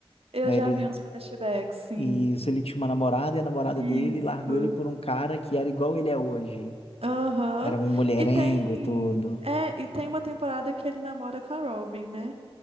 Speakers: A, on the right; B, on the left.
A: Eu
B: né?
A: já
B: Ele
A: vi uns flashbacks, sim.
B: E isso ele tinha uma namorada e a namorada
A: Isso.
B: dele largou ele por um cara que era igual ele é hoje.
A: Aham.
B: Era um mulherengo
A: E tem.
B: e tudo.
A: É, e tem uma temporada que ele namora com a Robin, né?